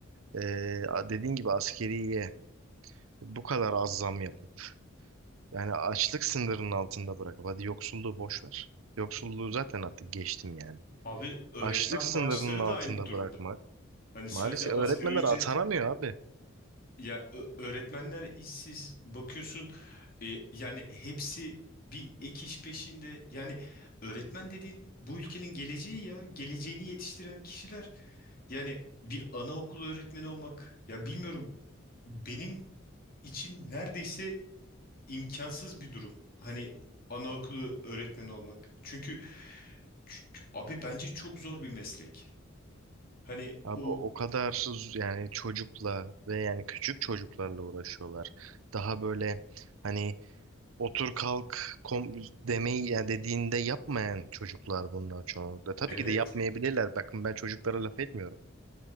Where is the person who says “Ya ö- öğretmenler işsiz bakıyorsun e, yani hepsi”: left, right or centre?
Left